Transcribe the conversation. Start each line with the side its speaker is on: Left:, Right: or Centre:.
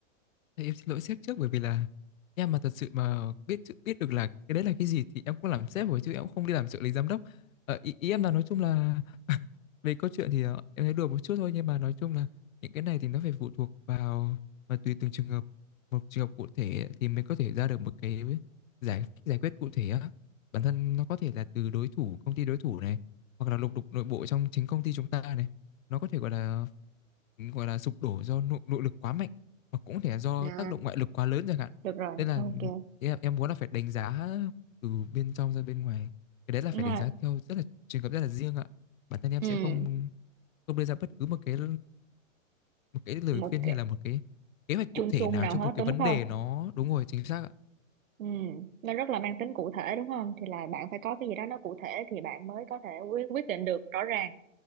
Left: Thì em xin lỗi sếp trước bởi vì là em mà thật sự mà biết chữ- biết được là cái đấy là cái gì thì em cũng làm sếp rồi chứ em cũng không đi làm trợ lý giám đốc. Ờ, ý, ý em là nói chung là <laughs> về câu chuyện thì ờ, em thấy đùa một chút thôi nhưng mà nói chung là những cái này thì nó phải phụ thuộc vào và tùy từng trường hợp một trường hợp cụ thể thì mình có thể ra được một cái giải giải quyết cụ thể á. Bản thân nó có thể là từ đối thủ công ty đối thủ này hoặc là lục đục nội bộ trong chính công ty chúng ta này nó có thể gọi là gọi là sụp đổ do nội, nội lực quá mạnh và cũng có thể là do
Right: À,
Left: tác động ngoại lực quá lớn chẳng hạn
Right: được rồi,
Left: nên là
Right: ok.
Left: em, em muốn là phải đánh giá từ bên trong ra bên ngoài cái đấy là
Right: Đúng
Left: phải
Right: rồi.
Left: đánh giá theo rất là trường hợp rất là riêng ạ bản thân em
Right: Ừ,
Left: sẽ không không đưa ra bất cứ một cái một cái lời
Right: một
Left: khuyên
Right: cái
Left: hay là một cái kế hoạch
Right: chung
Left: cụ thể
Right: chung
Left: nào
Right: nào
Left: cho
Right: hết
Left: một cái
Right: đúng
Left: vấn
Right: không?
Left: đề nó đúng rồi chính xác ạ
Right: Ừ, nó rất là mang tính cụ thể đúng không? Thì là bạn phải có cái gì đó nó cụ thể thì bạn mới có thể quyết quyết định được rõ ràng.